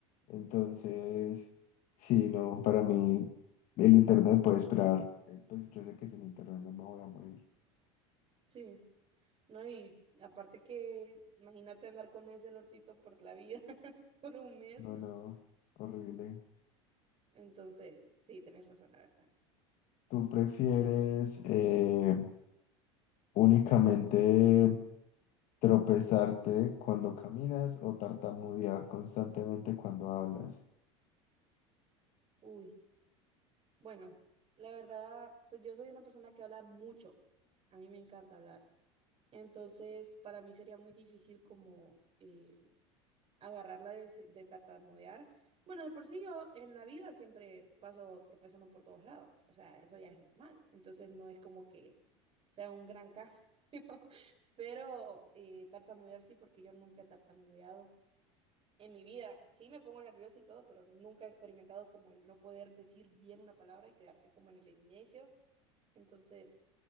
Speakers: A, on the left; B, on the right.
A: Entonces, sí, no, para mí el internet puede esperar. Eh, Pues yo sé que sin internet no me voy a morir.
B: Sí, ¿no? Y aparte que imagínate andar con ese olorcito por la vida <laughs> por un mes.
A: No, no, horrible.
B: Entonces, sí, tenés razón, la verdad.
A: ¿Tú prefieres eh, únicamente tropezarte cuando caminas o tartamudear constantemente cuando hablas?
B: Uy, Bueno, la verdad, pues yo soy una persona que habla mucho. A mí me encanta hablar. Entonces, para mí sería muy difícil como eh, agarrarla de, s- de tartamudear. Bueno, de por sí yo en la vida siempre paso tropezando por todos lados. O sea, eso ya es normal. Entonces, no es como que sea un gran cambio. <laughs> Pero eh, tartamudear sí, porque yo nunca he tartamudeado en mi vida. Sí, me pongo nerviosa y todo, pero nunca he experimentado como el no poder decir bien una palabra y quedarte como en el inicio entonces,